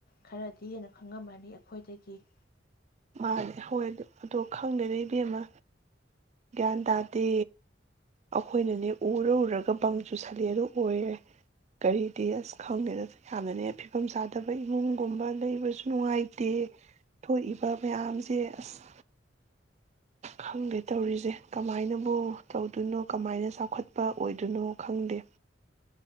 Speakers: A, on the left (about 55°); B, on the right (about 35°).
A: ꯈꯔꯗꯤ ꯍꯦꯟꯅ ꯈꯪꯉꯝꯃꯅꯤ ꯑꯩꯈꯣꯏꯗꯒꯤ
B: ꯃꯥꯅꯦ ꯍꯣꯏ ꯑꯗꯨ ꯗꯣ ꯈꯪꯗꯦꯗ ꯏꯕꯦꯝꯃ ꯒ꯭ꯌꯥꯟ ꯇꯥꯗꯦ ꯑꯩꯈꯣꯏꯅꯅꯦ ꯎꯔ ꯎꯔꯒ ꯕꯪ ꯆꯨꯁꯜꯂꯦꯗꯣ ꯑꯣꯏꯔꯦ ꯀꯔꯤꯗꯤ ꯑꯁ ꯈꯪꯗꯦꯗ ꯌꯥꯝꯅꯅꯦ ꯐꯤꯕꯝ ꯆꯥꯗꯕ ꯏꯃꯨꯡꯒꯨꯝꯕ ꯂꯩꯕꯁꯨ ꯅꯨꯡꯉꯥꯏꯇꯦ ꯊꯣꯛꯏꯕ ꯃꯌꯥꯝꯖꯦ ꯑꯁ ꯈꯪꯗꯦ ꯇꯧꯔꯤꯖꯦ ꯀꯃꯥꯏꯅꯕꯨ ꯇꯧꯗꯣꯏꯅꯣ ꯀꯃꯥꯏꯅ ꯆꯥꯎꯈꯠꯄ ꯑꯣꯏꯗꯣꯏꯅꯣ ꯈꯪꯗꯦ